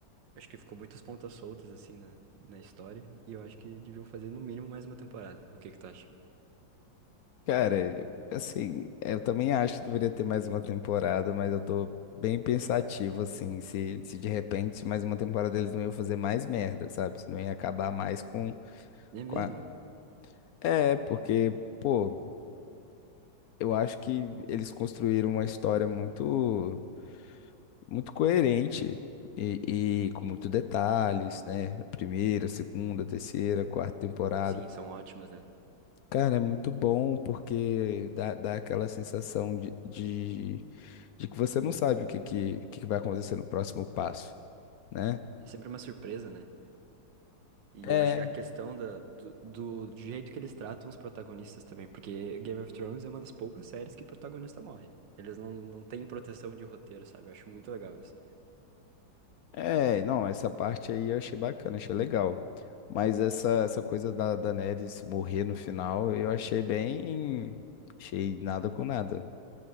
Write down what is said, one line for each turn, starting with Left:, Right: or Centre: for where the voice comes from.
Right: Acho que ficou muitas pontas soltas, assim, na, na história, e eu acho que deviam fazer no mínimo mais uma temporada. O que que tu acha?
Left: Cara, assim, eu também acho que deveria ter mais uma temporada, mas eu tô bem pensativo, assim, se, se de repente mais uma temporada eles não iam fazer mais merda, sabe? Se não ia acabar mais com,
Right: É mesmo?
Left: com a... É, porque, pô, eu acho que eles construíram uma história muito. muito coerente e, e com muitos detalhes, né? Primeira, segunda, terceira, quarta temporada.
Right: Sim, são ótimas, né?
Left: Cara, é muito bom porque dá, dá aquela sensação de, de, de que você não sabe o que, que, que vai acontecer no próximo passo, né?
Right: É sempre uma surpresa, né? E
Left: É,
Right: eu acho que a questão da, do, do do jeito que eles tratam os protagonistas também, porque Game of Thrones é uma das poucas séries que o protagonista morre, né? Eles não, não têm proteção de roteiro, sabe? Eu acho muito legal isso.
Left: é, não, essa parte aí eu achei bacana, achei legal. Mas essa, essa coisa da Daenerys morrer no final, eu achei bem. Achei nada com nada.